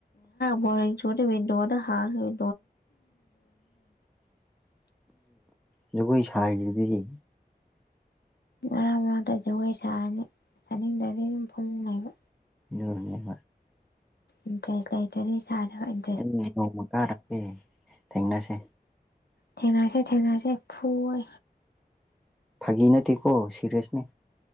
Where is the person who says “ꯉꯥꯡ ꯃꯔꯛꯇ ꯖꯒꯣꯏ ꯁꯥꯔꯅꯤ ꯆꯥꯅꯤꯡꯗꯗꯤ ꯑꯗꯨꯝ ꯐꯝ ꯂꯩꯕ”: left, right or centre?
Left